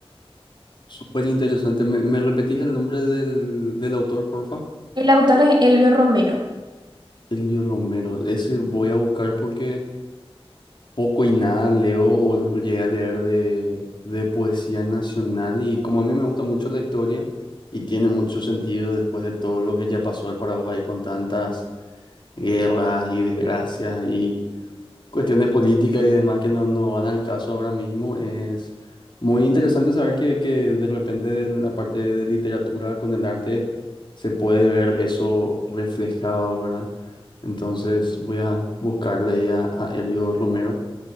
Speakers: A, on the left (about 50°); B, on the right (about 50°).
A: Súper interesante. ¿Me, me repetís el nombre del, del autor, porfa?
B: El autor es Elvio Romero.
A: Silvio Romero, ese voy a buscar porque poco y nada leo o llegué a leer de, de poesía nacional y como a mí me gusta mucho la historia y tiene mucho sentido después de todo lo que ya pasó al Paraguay con tantas guerras y desgracias y cuestiones políticas y demás que no, no van al caso ahora mismo. Es muy interesante saber que, que de repente en la parte de literatura con el arte se puede ver eso reflejado, ¿verdad? Entonces voy a buscarle ahí a, a Elio Romero.